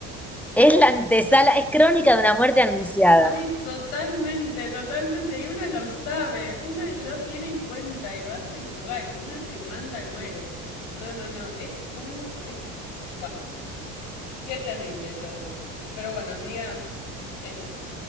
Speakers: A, in the centre; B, on the left (about 75°).
A: Es la antesala, es crónica de una muerte anunciada.
B: Ay, totalmente, totalmente. Y una lo sabe, una lo tiene en cuenta y lo hace igual. Una se manda y muere. No, no, no. Es un... Es... Buah, qué terrible todo. Pero bueno, amiga, eso.